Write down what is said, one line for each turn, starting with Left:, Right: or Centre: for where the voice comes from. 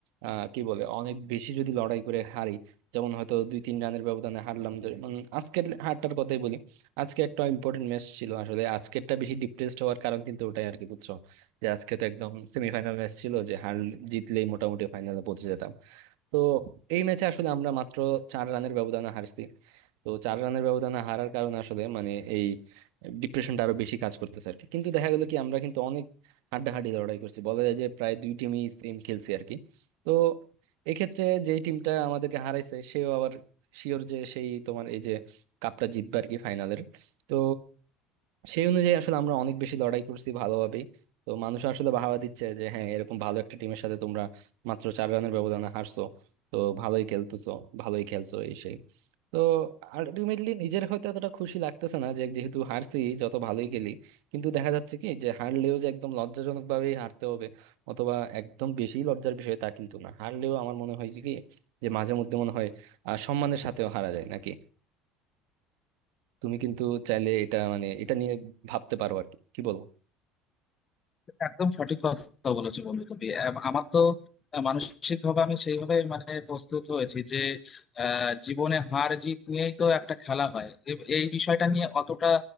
Right: আহ কি বলে অনেক বেশি যদি লড়াই করে হারি যেমন হয়তো দুই তিন রানের ব্যবধানে হারলাম যে- মানে আজকের হারটার কথাই বলি আজকে একটা ইম্পর্টেন্ট ম্যাচ ছিল আসলে আজকেরটা বেশি ডিপ্রেসড হওয়ার কারণ কিন্তু ওটাই আর কি বুঝছো যে আজকে তো একদম সেমিফাইনাল ম্যাচ ছিল যে হার জিতলেই মোটামুটি ফাইনালে পৌঁছে যেতাম তো এই ম্যাচে আসলে আমরা মাত্র চার রানের ব্যবধানে হারছি তো চার রানের ব্যবধানে হারার কারণে আসলে মানে এই ডিপ্রেশনটা আরো বেশি কাজ করতেছে আর কি কিন্তু দেখা গেল কি আমরা কিন্তু অনেক হাড্ডাহাড্ডি লড়াই করছি বলা যায় যে প্রায় দুই টিমই সেম খেলছি আর কি তো এক্ষেত্রে যেই টিমটা আমাদেরকে হারাইছে সেও আবার শিওর যে সেই তোমার এই যে কাপটা জিতবে আর কি ফাইনালের তো সেই অনুযায়ী আসলে আমরা অনেক বেশি লড়াই করছি ভালোভাবেই তো মানুষ আসলে বাহাবা দিচ্ছে যে হ্যাঁ এরকম ভালো একটা টিমের সাথে তোমরা মাত্র চার রানের ব্যবধানে হারছো তো ভালোই খেলতেছো ভালোই খেলছো এই সেই তো আলটিমেটলি নিজের হয়তো এতটা খুশি লাগতেছে না যে যেহেতু হারছি যত ভালোই খেলি কিন্তু দেখা যাচ্ছে কি যে হারলেও যে একদম লজ্জাজনক ভাবেই হারতে হবে অথবা একদম বেশি লজ্জার বিষয় তা কিন্তু না হারলেও আমার মনে হয় যে কি যে মাঝে মধ্যে মনে হয় আহ সম্মানের সাথেও হারা যায় নাকি তুমি কিন্তু চাইলে এটা মানে এটা নিয়ে ভাবতে পারো আর কি কি বলো
Left: একদম সঠিক কথা বলেছো বন্ধু তুমি আম- আমার তো মানসিক ভাবে আমি সেইভাবে মানে প্রস্তুত হয়েছি যে আহ, জীবনে হার জিত নিয়েই তো একটা খেলা হয় এ- এই বিষয়টা নিয়ে অতটা